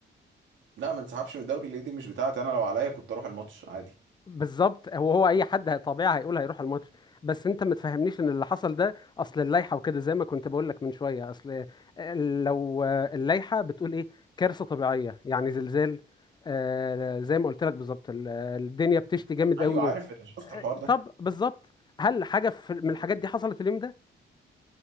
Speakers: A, on the right; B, on the left.
A: لا ما انسحبش من الدوري ليه دي مش بتاعتي انا لو عليا كنت اروح الماتش عادي
B: بالظبط هو هو اي حد هي- طبيعي هيقول هيروح الماتش بس انت ما تفهمنيش ان اللي حصل ده اصل اللائحه وكده زي ما كنت بقول لك من شويه اصل آه، لو آه، اللائحه بتقول ايه كارثه طبيعيه يعني زلزال آه، زي ما قلت لك بالظبط ال- الدنيا بتشتي جامد
A: ايوه
B: قوي
A: عارف اللي شفت
B: آه،
A: الحوار ده
B: طب بالظبط هل حاجه في من الحاجات دي حصلت اليوم ده